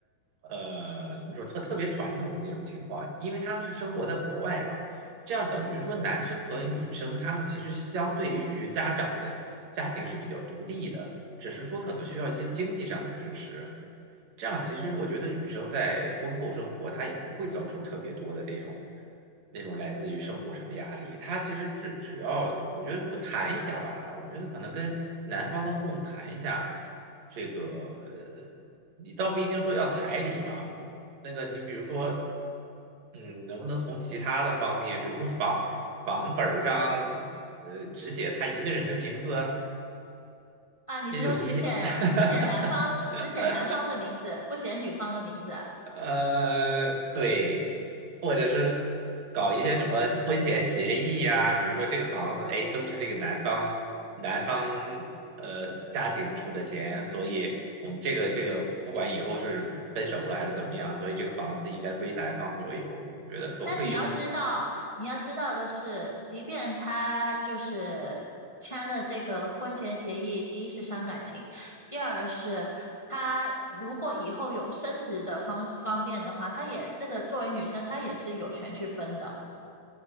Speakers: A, on the right; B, on the left.
A: 呃，怎么说特特别传统的那种情况，因为他们是生活在国外嘛，这样等于说男生和女生他们其实相对于家长的家庭是比较独立的，只是说可能需要一些经济上的支持。这样其实我觉得女生在婚后生活，她也不会遭受特别多的那种那种来自于生活上的压力。她其实只只要我觉得如果谈一下吧，我觉得可能跟男方的父母谈一下，这个呃你倒不一定说要彩礼嘛，那个你比如说，嗯，能不能从其他的方面，比如说房房本儿上，呃，只写他一个人的名字，
B: 啊，你是说只写只写男方只写男方的名字，
A: 这就一。<laughs>
B: 不写女方的名字？
A: 呃，对，或者是搞一些什么婚前协议呀、比如说这个房子，哎，都是这个男方男方呃家庭出的钱，所以我们这个这个不管以后是分手了还是怎么样，所以这个房子应该归男方所有。我觉得可不可以用这
B: 但你要知道，你要知道的是，即便他就是签了这个婚前协议，第一是伤感情，第二是他如果以后有升职的方方便的话，他也这个作为女生，她也是有权去分的。